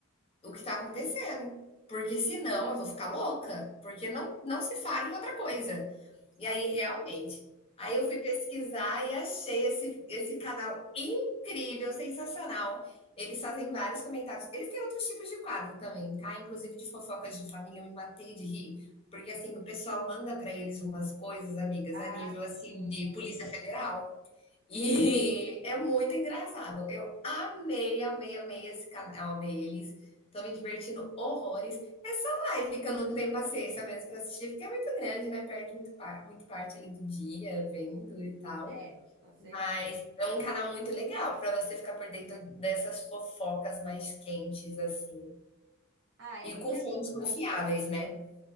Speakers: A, on the left; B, on the right.
A: o que está acontecendo. Porque senão eu vou ficar louca, porque não, não se fala em outra coisa. E
B: Só
A: aí,
B: se
A: realmente,
B: faz.
A: aí eu fui pesquisar e achei esse, esse canal incrível, sensacional. Eles fazem vários comentários. Eles têm outros tipos de quadro também, tá? Inclusive de fofocas de família, eu me matei de rir. Porque, assim, o pessoal manda para eles umas coisas, amigas,
B: Ah,
A: a nível, assim,
B: sim,
A: de Polícia
B: eles
A: Federal. E
B: entendem.
A: <laughs> é muito engraçado. Eu amei, amei, amei esse canal deles. Tô me divertindo horrores. Essa live que eu não tenho paciência mesmo pra assistir, porque é muito grande, né? Perde muito, par- muito parte ali do dia vendo e tal.
B: É, com certeza.
A: Mas é um canal muito legal pra você ficar por dentro dessas fofocas mais quentes, assim.
B: Ah, é,
A: E com fontes
B: eu-
A: confiáveis, né?